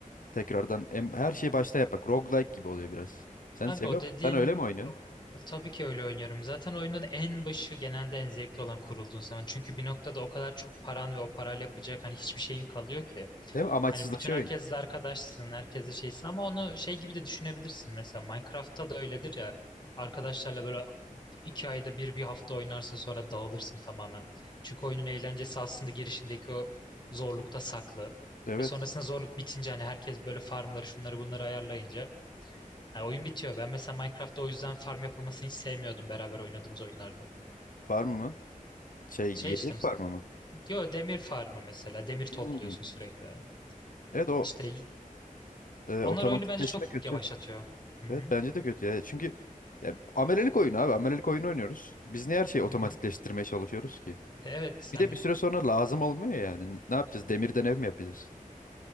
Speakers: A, on the left; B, on the left.
A: tekrardan em- her şeyi baştan yapmak. Roguelike gibi oluyor biraz. Sen
B: Abi
A: seviyor
B: o dediğin
A: musun? Sen öyle mi oynuyorsun?
B: o- tabii ki öyle oynuyorum. Zaten oyunun en başı genelde en zevkli olan kurulduğun zaman. Çünkü bir noktada o kadar çok paran ve o parayla yapacak hani hiçbir şeyin kalıyor ki.
A: Değil mi? Amaçsızlaşıyor
B: Hani bütün herkesle
A: oyun.
B: arkadaşsın, herkesle şeysin ama onu şey gibi de düşünebilirsin. Mesela Minecraft'ta da öyledir ya. Arkadaşlarla böyle iki ayda bir bir hafta oynarsın sonra dağılırsın tamamen. Çünkü oyunun eğlencesi aslında girişindeki o zorlukta saklı.
A: Evet.
B: Ve sonrasında zorluk bitince hani herkes böyle farmları şunları bunları ayarlayınca hani oyun bitiyor. Ben mesela Minecraft'ta o yüzden farm yapılmasını hiç sevmiyordum beraber oynadığımız oyunlarda.
A: Farm mı? Şey
B: Şey
A: yiyecek
B: işte
A: farmı mı?
B: diyor demir farmı mesela demir topluyorsun
A: Hmm.
B: sürekli.
A: Evet o
B: İşte
A: e,
B: Onlar
A: otomatikleşme
B: oyunu bence çok
A: kötü.
B: yavaşlatıyor. Hı hı,
A: Evet bence de kötü ya. Çünkü ya, amelelik oyunu abi. Amelelik oyunu oynuyoruz. Biz niye her şeyi otomatikleştirmeye
B: hı hı.
A: çalışıyoruz ki?
B: Evet
A: Bir
B: yani
A: de bir süre sonra lazım olmuyor yani. N- Ne yapacağız? Demirden ev mi yapacağız?